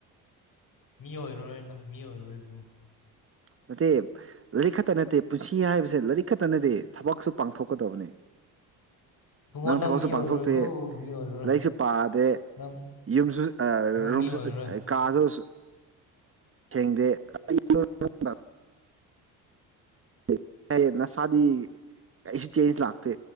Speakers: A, on the left (about 50°); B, on the right (about 30°).
A: ꯃꯤ ꯑꯣꯏꯔꯔꯣꯏ ꯅꯪ ꯃꯤ ꯑꯣꯐꯔꯔꯣꯏ
B: ꯅꯠꯇꯦ ꯂꯩ ꯈꯠꯇ ꯅꯠꯇꯦ ꯄꯨꯟꯁꯤ ꯍꯥꯏꯕꯁꯦ ꯂꯔꯤꯛ ꯈꯠꯇ ꯅꯠꯇꯦ ꯊꯕꯛꯁꯨ ꯄꯥꯡꯊꯣꯛꯀꯗꯕꯅꯦ
A: ꯏꯕꯨꯡꯉꯣ
B: ꯅꯪ ꯊꯕꯛꯁꯨ
A: ꯃꯤ ꯑꯣꯏꯔꯔꯣꯏꯀꯣ
B: ꯄꯥꯡꯊꯣꯛꯇꯦ
A: ꯃꯤ ꯑꯣꯏꯔꯔꯣꯏ
B: ꯂꯩꯔꯤꯛꯁꯨ ꯄꯥꯗꯦ
A: ꯅꯪ
B: ꯌꯨꯝꯖꯨ ꯑ
A: ꯅꯪ
B: ꯔꯨꯝꯁꯨ
A: ꯃꯤ ꯑꯣꯏꯔꯔꯣꯏ
B: ꯑ ꯀꯥꯁꯨ <unintelligible> <unintelligible> <unintelligible> ꯅꯁꯥꯗꯤ <unintelligible> ꯆꯦꯟꯁ ꯂꯥꯛꯇꯦ